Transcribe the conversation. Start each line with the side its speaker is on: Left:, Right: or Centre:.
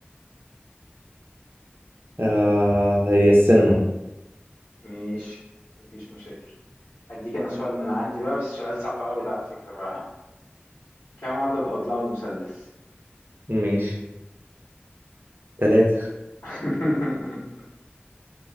Right: آه هي السينما
Left: ماشي مفيش مشاكل هديك انا سؤال من عندي بقى بس سؤال صعب قوي ده على فكرة بقى ها؟ كم عدد اضلاع المثلث
Right: ماشي ثلاثة
Left: <laughs>